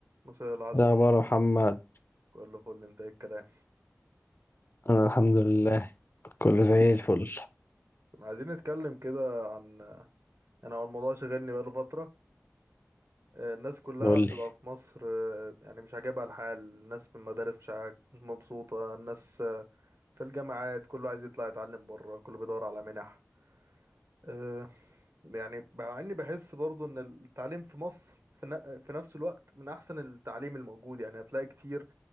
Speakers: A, on the right; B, on the left.
A: مساء العسل
B: ده عبارة محمد
A: كله فل انت ايه الكلام
B: أنا الحمد لله كله زي الفل
A: عايزين نتكلم كده عن يعني هو الموضوع شغلني بقاله فترة آه، الناس كلها
B: قول
A: بتبقى
B: لي
A: في مصر آه، يعني مش عاجبها الحال الناس في المدارس مش عاج... مش مبسوطة الناس آه، في الجامعات كله عايز يطلع يتعلم بره كله بيدور على منح آه، يعني مع اني بحس برضو ان التعليم في مصر في ن- في نفس الوقت من احسن التعليم الموجود يعني هتلاقي كتير